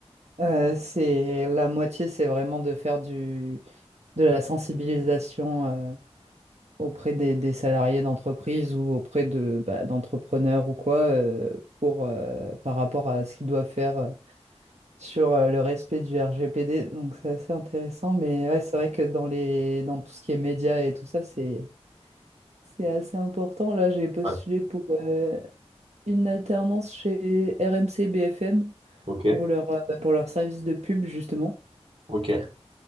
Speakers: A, on the right; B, on the right.
A: euh, c'est la moitié, c'est vraiment de faire du, de la sensibilisation euh, auprès des, des salariés d'entreprise ou auprès de, bah, d'entrepreneurs ou quoi, euh, pour, euh, par rapport à ce qu'ils doivent faire. euh, sur euh, le respect du RGPD, donc c'est assez intéressant. Mais ouais, c'est vrai que dans les, dans tout ce qui est médias et tout ça, c'est c'est assez important. Là, j'ai postulé
B: ouais,
A: pour euh, une alternance chez RMC BFM
B: ok,
A: pour leur, euh, bah, pour leur service de pub, justement.
B: ok.